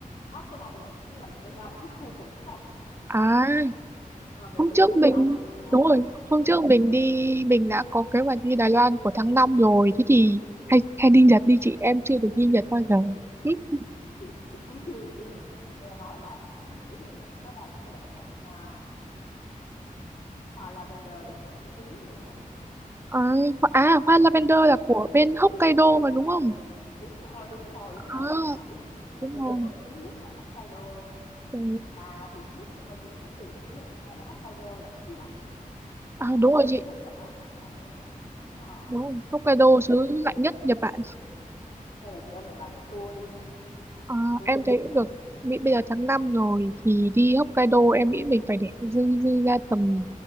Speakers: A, on the left; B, on the right.
A: thoát cái nóng này tức là mình sẽ ra một cái khu vực khác
B: à
A: à, mình
B: hôm
A: đi
B: trước
A: trốn
B: mình
A: nóng đó
B: đúng rồi hôm trước mình đi mình đã có kế hoạch đi Đài Loan của tháng 5 rồi thế thì hay hay đi Nhật đi chị em chưa được đi Nhật bao giờ Ừ,
A: chị chị cũng chưa được đi Nhật mà chị nghe nói là ở tháng 7 này đó, nó đang có cái lễ hội hoa hoa lavender rất là nổi tiếng luôn á Thảo
B: à, hoa- à hoa lavender
A: Ờ.
B: là của bên Hokkaido mà đúng không
A: Đúng rồi, đúng rồi, đúng rồi,
B: à
A: tháng 7 là mùa lavender
B: đúng rồi
A: nổi tiếng nhất tại Hokkaido.
B: ừ.
A: Bà chị biết nhưng mà chị cũng tìm hiểu là chị thấy là Hokkaido là cái xứ lạnh á. Đấy,
B: à đúng rồi chị
A: rất là mát mẻ nữa. Đó.
B: đúng rồi Hokkaido
A: Cho nên
B: xứ
A: là
B: lạnh
A: chị
B: nhất
A: em mình
B: Nhật Bản
A: hay là chị em mình làm một tour đi nhỉ,
B: Ờ,
A: một tour
B: em
A: đi Nhật
B: thấy cũng
A: nhỉ.
B: được Mỹ bây giờ tháng 5 rồi thì đi Hokkaido em nghĩ mình phải để dư dư ra tầm